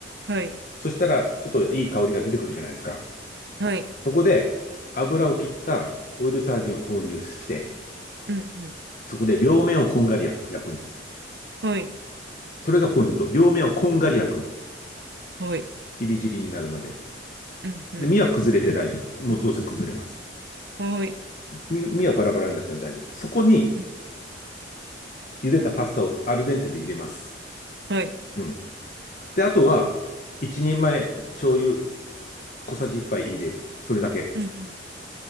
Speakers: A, on the right; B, on the left.
A: はい、
B: そしたらちょっといい香りが出てくるじゃないですか。
A: はい。
B: そこで油を切ったオイルサーディンを投入して、
A: うん、うん。
B: そこで両面をこんがり焼く、焼くんです。
A: はい、
B: それがポイント。両面をこんがり焼くの。
A: はい。
B: ジリジリになるまで。
A: うん、うん。
B: で、身は崩れて大丈夫。もうどうせ崩れます。
A: はい。
B: 身、身はバラバラになっても大丈夫。そこに
A: うん、
B: 茹でたパスタをアルデンテで入れます。
A: はい。
B: うん。で、あとは、一人前醤油小さじ一杯入れる。それだけ。
A: うん、